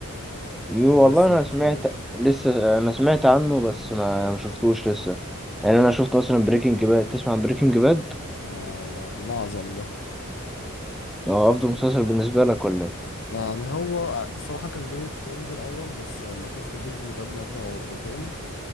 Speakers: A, in the centre; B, on the left.
A: يو
B: ولا
A: والله
B: لسه
A: انا
B: ما شفتوش
A: سمعت لسه انا سمعت عنه بس ما ما شفتوش لسه يعني انا شفت مثلا بريكنج باد تسمع عن بريكنج باد
B: لا لا الله اعظم ده
A: هو افضل مسلسل بالنسبه لك ولا ايه
B: يعني هو الصراحه كان جيم اوف ثرونز الاول بس لما شفت بريكنج باد مره او مرتين